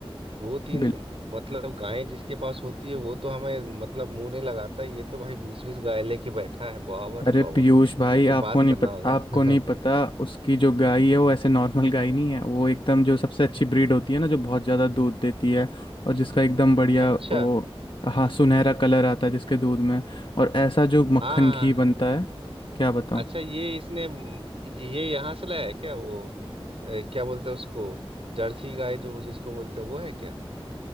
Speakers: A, on the right (about 75°); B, on the left (about 60°).
A: दो तीन
B: बिल
A: मतलब गाय जिसके पास होती है वो तो हमें मतलब मुंह नहीं लगाता ये तो भाई बीस बीस गाय लेके बैठा है बाबा रे
B: अरे
A: बाबा
B: पीयूष भाई
A: ऐसे
B: आपको
A: बात
B: नहीं
A: करना
B: पता
A: होगा
B: आपको
A: <laughs>
B: नहीं पता उसकी जो गाय है वो ऐसे नॉर्मल गाय नहीं है वो एकदम जो सबसे अच्छी ब्रीड होती है ना जो बहुत ज़्यादा दूध देती है और जिसका एकदम बढ़िया
A: अच्छा
B: वो हाँ सुनहरा कलर आता है जिसके दूध में और ऐसा जो मक्खन
A: हाँ हाँ
B: घी
A: हाँ। हाँ।
B: बनता है क्या बताऊँ
A: अच्छा ये इसने म, ये यहाँ से लाया है क्या वो अ, क्या बोलते हैं उसको जर्सी गाय जो जिसको बोलते हैं वो है क्या